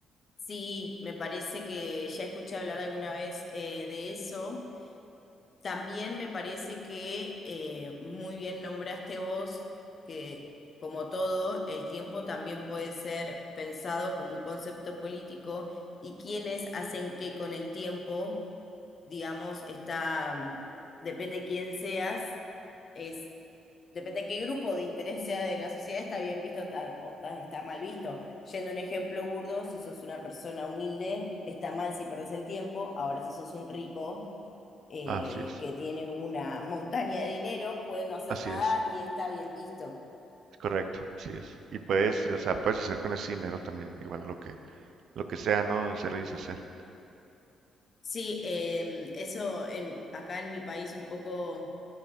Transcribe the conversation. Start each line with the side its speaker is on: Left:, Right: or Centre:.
Left: Sí, me parece que ya escuché hablar alguna vez eh, de eso. También me parece que eh, muy bien nombraste vos que, como todo, el tiempo también puede ser pensado como un concepto político y quienes hacen qué con el tiempo, digamos, está, mm, depende de quién seas es Depende de qué grupo de interés sea de la sociedad, está bien visto ta- o ta- está mal visto. Yendo a un ejemplo burdo, si sos una persona humilde, está mal si perdés el tiempo. Ahora, si sos un rico eh,
Right: Así es,
Left: que tiene una montaña de dinero, puede no hacer
Right: así
Left: nada
Right: es,
Left: y está bien visto.
Right: es correcto, así es. Y puedes, o sea, puedes hacer con ese dinero también, igual lo que, lo que sea, ¿no? Hacer y deshacer.
Left: Sí, em, eso en, acá en mi país un poco